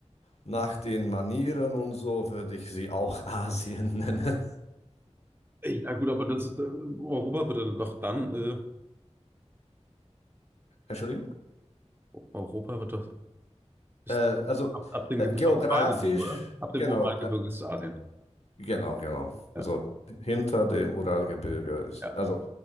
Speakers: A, on the left; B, on the right.
A: nach den Manieren und so würde ich sie auch Asien <laughs> nennen.
B: Ey, Ja gut, aber das ist äh, Europa wird dann doch dann äh,
A: Entschuldigung?
B: Europa wird doch ist
A: Äh, also
B: doch ab, ab dem
A: äh,
B: Gebirge,
A: geografisch,
B: Uralgebirge, oder? Ab dem
A: genau,
B: Uralgebirge
A: äh,
B: ist Asien.
A: genau, genau.
B: Ja,
A: Also hinter dem Uralgebirge ist,
B: ja,
A: also